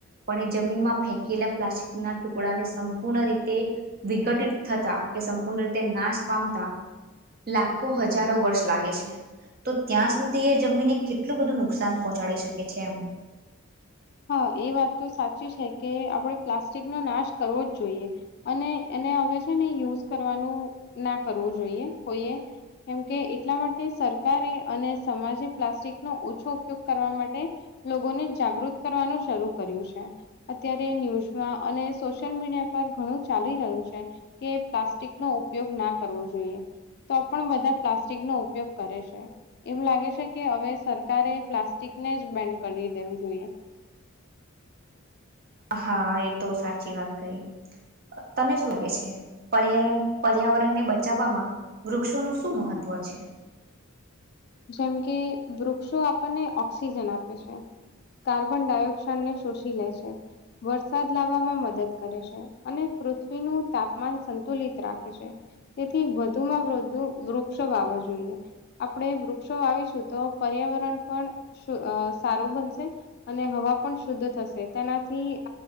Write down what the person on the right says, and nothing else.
પણ એ જમીનમાં ફેંકેલા પ્લાસ્ટિકના ટુકડાને સંપૂર્ણ રીતે વિકટિત થતા કે સંપૂર્ણ રીતે નાશ પામતા લાખો હજારો વર્ષ લાગે છે. તો ત્યાં સુધી એ જમીને કેટલું બધું નુકસાન પહોંચાડી શકે છે એમ.
હા એ તો સાચી વાત કહી. તને શું લાગે છે પર્યાણ પર્યાવરણને બચાવવામાં વૃક્ષોનું શું મહત્વ વ છે.